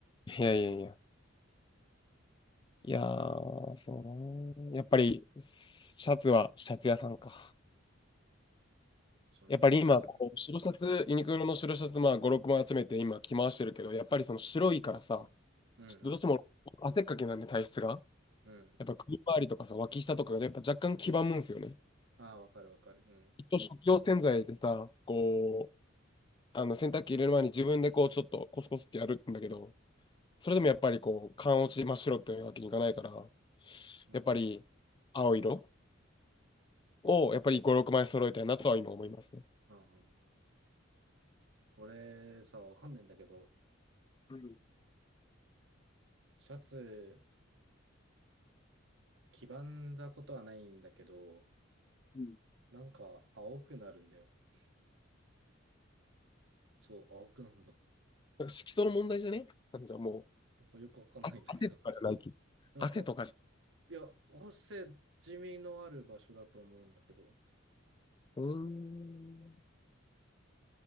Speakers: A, on the left; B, on the right.
A: いやいやいや。いやー、そうだな。やっぱり、シャツはシャツ屋さんか。
B: そんな感じがする。
A: やっぱり今、こう白シャツ、ユニクロの白シャツ、まあ、5、6枚集めて今着回してるけど、やっぱりその白いからさ、
B: うん
A: ちょっとどうしても汗っかきなんで体質が。
B: うん。うん。
A: やっぱ首周りとかさ、脇下とかがやっぱ若干黄ばむんですよね。
B: ああ、わかるわかる。うん。
A: 一応食器用洗剤でさ、こう、あの洗濯機入れる前に自分でこうちょっとコスコスってやるんだけど、それでもやっぱりこう、缶落ち真っ白っていうわけにいかないから、
B: うんうん。
A: やっぱり青色をやっぱり5、6枚揃えたいなとは今思いますね。
B: ああ、うん俺さ、わかんないんだけど、
A: うん
B: シャツ、黄ばんだことはないんだけど、
A: うん
B: なんか青くなるんだよね。そう、青くなるの。
A: なんか色素の問題じゃねなんかもう、
B: なんかよくわかんないんだけど。
A: あ汗とかじゃないき。
B: なんか、
A: 汗とかじゃ、
B: いや、汗、地味のある場所だと思うんだけど、
A: うーん。